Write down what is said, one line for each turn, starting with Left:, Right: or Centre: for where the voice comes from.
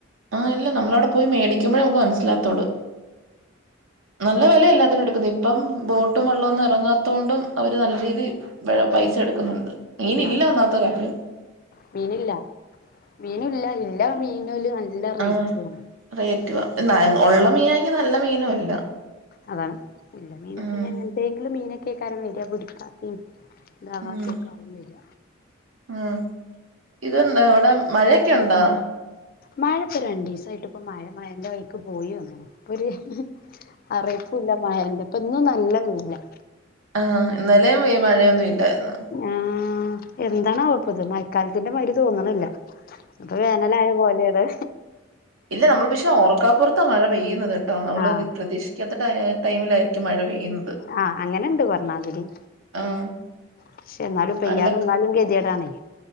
Right: ആഹ് അല്ല നമ്മളവിടെ പോയി മേടികുമ്പഴേ നമുക്ക് മനസ്സിലാവതോള്ള് നല്ല വെലാ എല്ലാത്തിനും എടുക്കുന്നെ ഇപ്പം ബോട്ടും വെള്ളോന്നും ഇറങ്ങാതൊണ്ടും അവര് നല്ല രീതി പൈസ എടുക്കുന്നുണ്ട്. മീനില്ല
Left: ആഹ്
Right: ഒന്നാമത്ത കാര്യം.
Left: മീനില്ല മീനില്ല ഇല്ല മീൻനോല് നല് ല്ല റേറ്റുവാ
Right: ആഹ് റേറ്റുവാ ന്ന ഒള്ള മീനാങ്കി നല്ല മീനും അല്ല
Left: അതാണ് ഇല്ല മീനൊക്കെ
Right: ഉം
Left: ഇഞ് എങ്ങൻതേങ്കിലും മീനൊക്കെയ്കാരം വര്അ പിടിക്കാത്തീ ദാവാത്തേക്കാവുന്നില്ല
Right: ഉം ഉം ഇതുണ്ടോ അവിടെ മഴയൊക്കെ ഉണ്ടോ
Left: മഴപ്പോ രണ്ടീസായിട്ട് ഇപ്പ മഴ മഴെന്റ വഴിക്ക് പോയി ഓന്ന്ണ് പരു അറിയിപ്പൂല്ല മായന്റെപ്പൊ ഇന്നും നല്ല വെയ്ലാ
Right: ആഹ് ഇന്നലെയും വെ മഴയൊന്നും ഇല്ലായിരുന്നു
Left: ആഹ് എന്താണാവോപ്പത് മയക്കാലത്തിന്റെ മാരി തോന്നണില്ല ഇപ്പൊ വേനലായ പോലെയാണ്
Right: ഇല്ലാ നമ്മള് പക്ഷെ ഓർക്കാപ്പുറത്താ മഴ പെയ്യുന്നത്. ട്ടോ നമ്മള്
Left: ആഹ്
Right: വി പ്രതീക്ഷിക്കാത്ത ട ടൈമിലായിരിക്കും മഴ പെയ്യുന്നത്.
Left: ആഹ് അങ്ങനെണ്ട് പറഞ്ഞാതിരി
Right: ആഹ്
Left: പക്ഷെ ഇന്നാലും പെയ്യാതെന്നാലും
Right: അല്ല
Left: ഗതിയേടാണെ